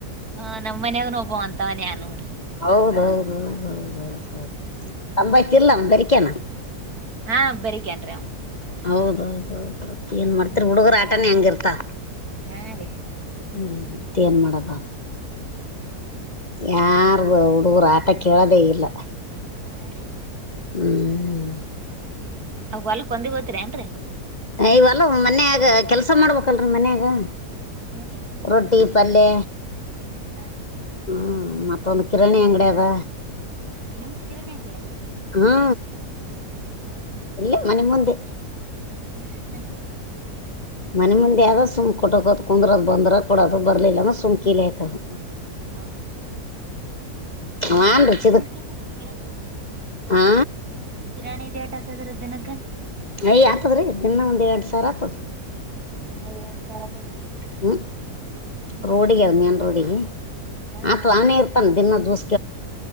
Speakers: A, on the right; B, on the left.
A: ಹ ನಮ್ಮ ಮನೆಯಲ್ಲಿ ಒಬ್ಬ ಅಂತವನ್ಯಾ ನೋಡ್ರಿ
B: ಹೌದೌದೌದೌದೌದೌದು ತಂಬಾಯತಿಲ್ಲ ನ ಬರಿಕೇನ
A: ಹಾ ಬರಿಕೆನ್ರಾವ್
B: ಹೌದೌದ ಹೌದು ಏನ್ ಮಾಡ್ತರಿ
A: ಹ್ಮ್
B: ಹುಡುಗರ ಆಟಾನ ಹೆಂಗಿರ್ತಾ
A: ಹಾ ರೀ
B: ಹ್ಮ್ ಮತ್ತ ಏನ್ ಮಾಡದ ಯಾರ ನೂರ ಆಟ ಕೇಳೋದೇ ಇಲ್ಲ
A: ಹಾ ರೀ
B: ಹ್ಮ್
A: ಅವ ಹೊಲ್ಕ್ ಒಂದಿ ಹೋತ್ರಿ ಏನ್ರರಿ
B: ಇವಲ್ಲ ಮನ್ಯಾಗ ಕೆಲ್ಸ ಮಾಡ್ಬೇಕಲ್ರೀ ಮನ್ಯಾಗ
A: ಮನೆಗೆನ ಏನ್
B: ರೊಟ್ಟಿ
A: ಮಾಡ್ತು
B: ಪಲ್ಯ
A: ಹಾ <inaudible>
B: ಹ್ಮ್ ಮತ್ತೊಂದು ಕಿರಣಿ ಅಂಗಡಿ ಅದ
A: ನಿಮ್ದ ಕಿರಣ್ ಅಂಗಡ ಆದಾದ್ರೆ
B: ಹಾ ಇಲ್ಲೇ ಮನೆ ಮುಂದೆ
A: ಹ್ಮ್ ಹ್ಮ
B: ಮನೆ ಮುಂದೆ ಯಗ ಸುಂಕ ಕೊಟ್ಟಕ ಕುಂದ್ರ ಅದ ಬಂದ್ರ ಕೊಡೋದು ಬರ್ಲಿಲ್ಲ ಸುಮ್ ಕೀಲಿಕದು
A: ಹೌದಾ
B: ಹ್ಮ್ಚ
A: ಎಟ್ ಎಕರೆ ದಿನಕ್ಕೆ ಎಟ್ ಎಕರೆ
B: <unintelligible> ಆ
A: ಹಿರಾಣಿ ದೇಟ ಆತದ್ರ ದಿನಕ್ಕೆ
B: ಯ ಆತದ್ರೀ ದಿನ ಒಂದ್ ಎರಡ್ ಸಾವಿರ ಆತದ
A: ದಿನ ಎರಡ್ ಸಾವಿರ <inaudible>
B: ಹ್ಮ್
A: ಹ್ಮ್
B: ರೋಡಿಗೆ
A: ಹ್ಮ್
B: ಅದ ಮೇನ್ ರೋಡಿಗೆ
A: ಹಾ
B: ಆತ
A: ಹಾ
B: ಆಾನೇ ಇರ್ತಾನ ದಿನಾ ದೂಸ